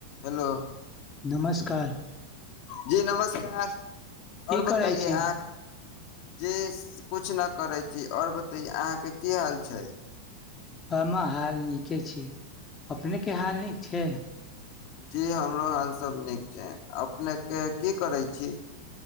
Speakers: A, on the left; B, on the left.
A: हेलो।
B: नमस्कार।
A: जी नमस्कार।
B: की
A: आओर बताइए
B: करै छी
A: आहां जे। कुछ न करै छी आओर बतेय अहाँके की हाल छै।
B: हममे हाल नीके छी अपने के हाल नीक छै।
A: जी हमरो हाल सब नीक छै अपनेके की करै छी।